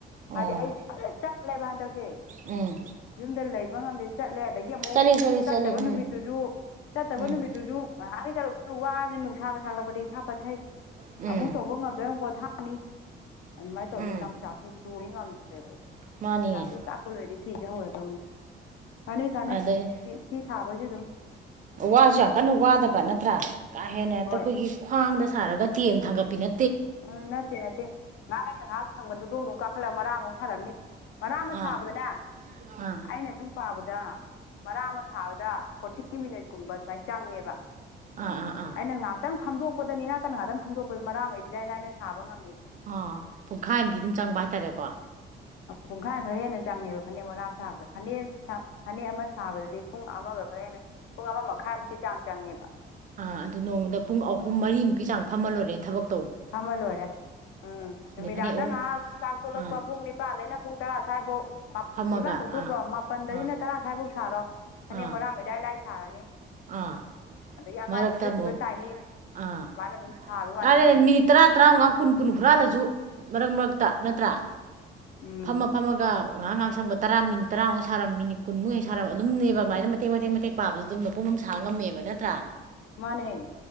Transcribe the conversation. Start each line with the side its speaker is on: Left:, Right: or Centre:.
Right: ꯑꯣ
Left: ꯍꯥꯏꯗꯤ ꯑꯩ ꯐꯖ ꯆꯠꯂꯦꯕ ꯍꯟꯗꯛꯁꯦ
Right: ꯎꯝ
Left: ꯌꯨꯝꯗ ꯂꯩꯕ ꯉꯝꯗꯦ ꯆꯠꯂꯦ ꯑꯗꯒꯤ ꯑꯃꯨꯛ
Right: ꯆꯠꯂꯤ ꯆꯠꯂꯤ ꯆꯠꯂꯤ
Left: ꯆꯠꯇꯕ
Right: ꯎꯝ
Left: ꯅꯨꯃꯤꯠꯇꯨꯁꯨ ꯆꯠꯇꯕ
Right: ꯎꯝ
Left: ꯅꯨꯃꯤꯠꯇ ꯥꯟ ꯆꯠꯂ ꯋꯥꯕꯅ ꯅꯨꯡꯁꯥꯒ ꯁꯥꯥꯛꯂꯛꯄꯗꯒꯤ ꯏꯁꯥ ꯄꯠꯊꯩ
Right: ꯎꯝ
Left: ꯑꯃꯨꯛ ꯇꯧꯕ ꯉꯝꯗ꯭ꯔꯨ ꯀꯣ ꯊ ꯑꯅꯤ ꯑꯗꯨꯃꯥꯏ ꯇꯧꯗꯅ
Right: ꯎꯝ
Left: ꯂꯝꯣꯡꯆꯥꯛꯁꯤ ꯇ ꯉꯝꯗ ꯑꯩ
Right: ꯃꯥꯅꯤꯅꯦ
Left: ꯑꯣꯖꯥꯛꯁꯦ ꯆꯥꯛꯄꯂꯣꯏꯔꯗꯤ ꯐꯤꯁꯦ ꯍꯧꯔꯗꯧꯅꯤ ꯀꯥꯟꯅꯩ ꯀꯥꯟꯅꯩ
Right: ꯑꯗꯩ
Left: ꯐ ꯁꯥꯕꯁꯨ ꯑꯗꯨꯝ
Right: ꯋꯥꯁꯨ ꯌꯥꯝ ꯀꯟꯅ ꯋꯥꯗꯕ ꯅꯠꯇ꯭ꯔꯥ ꯀꯥ ꯍꯦꯟꯅꯦꯛꯇ
Left: ꯍꯣꯏ
Right: ꯑꯩꯈꯣꯏꯒꯤ ꯈ꯭ꯋꯥꯡꯗ ꯁꯥꯔꯒ ꯇꯤꯦꯝ ꯊꯥꯡꯒꯠꯄꯤꯅ
Left: ꯎ ꯅꯠꯇꯦ ꯅꯠꯇꯦ ꯉꯥꯏ ꯅꯪꯥꯛ ꯁꯥꯡꯕꯗꯣꯡꯗꯣꯡ ꯀꯥꯛꯈꯜꯂꯝ ꯑꯃꯔꯥꯝꯥꯎ ꯁꯥꯟꯅꯕꯅꯤ ꯃꯔꯥ ꯑꯃ
Right: ꯑꯥ
Left: ꯁꯥꯕꯗꯅꯦ
Right: ꯑꯥ
Left: ꯑꯩꯅ ꯁꯨꯝ ꯄꯥꯕꯗ ꯑꯗ ꯃꯔꯥ ꯑꯃ ꯁꯥꯕꯗ ꯐꯣꯔꯇꯤ ꯃꯤꯅꯠ ꯀꯨꯝꯕ ꯁꯨꯃꯥꯏꯅ ꯆꯪꯉꯦꯕ
Right: ꯑꯥ ꯑꯥ ꯑꯥ
Left: ꯑꯩꯅꯪ ꯉꯥꯏꯍꯥꯛꯇꯪ ꯐꯝꯗꯣꯛꯄꯗꯅꯤ ꯉꯍꯇꯪ ꯉꯍꯥꯛꯇꯪ ꯐꯝꯗꯣꯛꯄ ꯍꫭꯏ ꯃꯔꯛꯃ ꯑꯩ ꯏꯔꯥꯏ ꯂꯥꯏꯅ ꯁꯥꯕ ꯉꯝ
Right: ꯑꯣ ꯄꯨꯡꯈꯥꯏ ꯑꯃꯗꯤ ꯑꯗꯨꯝ ꯆꯪꯕ ꯍꯥꯏꯇꯥꯔꯦꯀꯣ
Left: ꯄꯨꯡꯈꯥꯏꯃ ꯈꯔ ꯍꯦꯟꯅ ꯆꯪꯉꯦꯕ ꯐꯅꯦꯛ ꯃꯔꯥꯛ ꯑꯃ ꯁꯥꯕꯗ ꯐꯅꯦꯛ ꯐꯅꯦꯛ ꯑꯃ ꯁꯥꯕꯗꯗꯤ ꯄꯨꯡ ꯑꯃꯒ ꯈꯔ ꯍꯦꯟꯅ ꯄꯨꯡ ꯑꯃ ꯃꯈꯥꯏꯃꯨꯛꯀꯤ ꯆꯥꯡ ꯆꯪꯉꯦꯕ
Right: ꯑ ꯑꯗꯨ ꯅꯣꯡꯃꯗ ꯄꯨꯡ ꯑꯍꯨꯝ ꯃꯔꯤꯃꯨꯛꯀꯤ ꯆꯥꯡ ꯐꯝꯃ ꯂꯣꯏꯔꯦ ꯊꯕꯛꯇ
Left: ꯐꯝꯃꯂꯣꯏꯔꯦ ꯎꯝ ꯅꯨꯃꯤꯗꯥꯡꯗ
Right: ꯑꯗꯩ ꯐꯅꯦꯛ ꯑꯍꯨꯝ
Left: ꯉꯥꯏꯍꯥꯛ ꯆꯥꯛ ꯇꫭꯛꯂꯛꯄ
Right: ꯑꯥ
Left: ꯄꯨꯡ ꯅꯤꯄꯥꯟꯗꯩꯅ ꯄꯨꯡ ꯇꯔꯥ ꯁ꯭ꯋꯥꯏꯕꯨꯛ
Right: ꯐꯝꯃꯒ
Left: ꯅꯤꯄꯥꯟ ꯇꫭꯛꯊꯣꯛꯈ꯭ꯔꯣ
Right: ꯑꯥ
Left: ꯃꯥꯄꯟꯗꯩꯅ
Right: ꯑꯥ
Left: ꯇꯔꯥ ꯁ꯭ꯋꯥꯏꯕꯨꯛ ꯁꯥꯔꯣ ꯐꯅꯦꯛ
Right: ꯑꯥ
Left: ꯃꯔꯥꯛ ꯑꯃ ꯏꯔꯥꯏ ꯂꯥꯏ ꯁꯥꯔꯅꯤ
Right: ꯑꯥ
Left: ꯑꯗꯒꯤ ꯑꯉꯥꯡ
Right: ꯃꯔꯛꯇ
Left: ꯏꯁ꯭ꯀꯨꯜ ꯆꯠꯈꯤꯕ
Right: ꯑꯃꯨꯛ
Left: ꯇꯥꯏꯃꯤꯡ
Right: ꯑꯥ
Left: ꯁꯨꯃꯥꯏꯅ ꯑꯗꯨꯝ ꯁꯥꯕꯩꯋꯥꯅꯤ
Right: ꯑꯗꯨꯅꯦ
Left: ꯍꯥꯏꯐꯦꯠ
Right: ꯃꯤꯅꯤꯠ ꯇꯔꯥ ꯇ꯭ꯔꯥꯎꯉꯥ ꯀꯨꯟ ꯀꯨꯟ ꯍꯨꯔꯥꯜꯂꯁꯨ ꯃꯔꯛ ꯃꯔꯛꯇ ꯅꯠꯇ꯭ꯔꯥ
Left: ꯎꯝ
Right: ꯐꯝꯃ ꯐꯝꯃꯒ ꯉꯍꯥꯛ ꯉꯍꯥꯛ ꯁꯪꯕ ꯇꯔꯥ ꯃꯤꯅꯤꯠ ꯇꯔꯥꯃꯨꯛ ꯁꯥꯔꯝ ꯃꯤꯅꯤꯠ ꯀꯨꯟꯃꯨꯛ ꯍꯦꯛ ꯁꯥꯔꯝ ꯑꯗꯨꯝꯅꯦꯕ ꯑꯃꯥꯏꯅ ꯃꯇꯦꯛ ꯃꯇꯦꯛ ꯃꯇꯦꯛ ꯄꯥꯕꯗ ꯑꯗꯨꯝ ꯃꯄꯨꯝ ꯑꯃ ꯁꯥꯥꯡ ꯉꯝꯃꯦꯕ ꯅꯠꯇ꯭ꯔꯥ
Left: ꯃꯥꯅꯦ